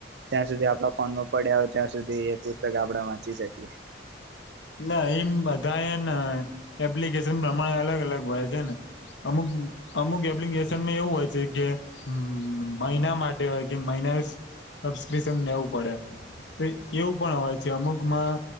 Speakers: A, on the right (about 65°); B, on the left (about 80°).
A: ત્યાં સુધી આપડા ફોનમાં પડ્યા હોય ત્યાં સુધી એ પુસ્તક આપણે વાંચી શકીએ.
B: ના એમ બધા હેન એપ્લિકેશન પ્રમાણે અલગ અલગ હોય છે ને. અમુક અમુક એપ્લિકેશન એવું હોય છે કે. હમ મહિના માટે હોય કે મહિના સબસ્કિપ્શન લેવું પડે. તો એવું પણ હોય છે અમુકમાં